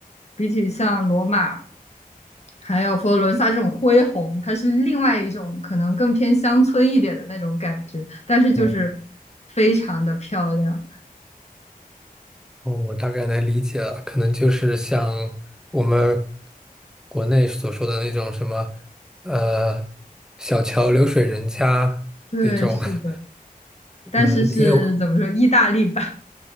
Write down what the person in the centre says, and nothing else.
哦
哦，我大概能理解了，可能就是像我们国内所说的那种什么，呃，小桥流水人家那种。
<laughs>
嗯，因为我